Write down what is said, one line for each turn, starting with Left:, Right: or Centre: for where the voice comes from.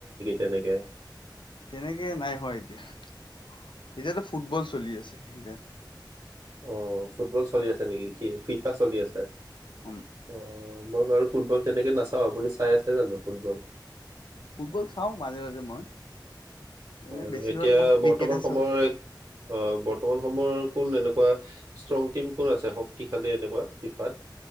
Right: তেনেকে?
Left: তেনেকে নাই হোৱা এতিয়া এতিয়াতো ফুটবল চলি আছে এতিয়া
Right: অ ফুটবল চলি আছে নেকি কি ফিফা চলি আছে?
Left: উম
Right: অ মই বাৰু ফুটবল তেনেকে নাচাওঁ আপুনি চাই আছে জানো ফুটবল
Left: ফুটবল চাওঁ মাজে-মাজে মই। এনে
Right: হয়
Left: বেছিভাগ
Right: এতিয়া
Left: মই ক্ৰিকেটে
Right: বৰ্তমান সময়ৰ
Left: চাওঁ
Right: অ বৰ্তমান সময়ৰ কোন এনেকুৱা ষ্ট্ৰং টিম কোন আছে শক্তিশালী এনেকোৱা ফিফাত?